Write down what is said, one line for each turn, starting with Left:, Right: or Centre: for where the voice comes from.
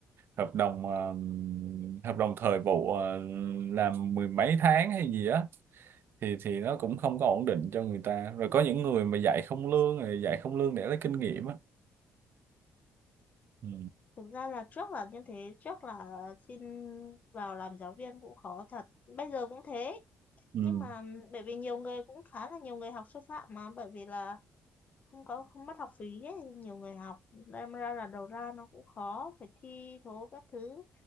Right: hợp đồng um, hợp đồng thời vụ ờ, làm mười mấy tháng hay gì á thì thì nó cũng không có ổn định cho người ta rồi có những người mà dạy không lương rồi dạy không lương để lấy kinh nghiệm á ừ.
Left: thực ra là trước là như thế trước là xin vào làm giáo viên cũng khó thật bây giờ cũng thế
Right: Ừ.
Left: nhưng mà bởi vì nhiều người cũng khá là nhiều người học sư phạm mà bởi vì là không có không mất học phí ấy, nhiều người học đâm ra là đầu ra nó cũng khó phải thi thố các thứ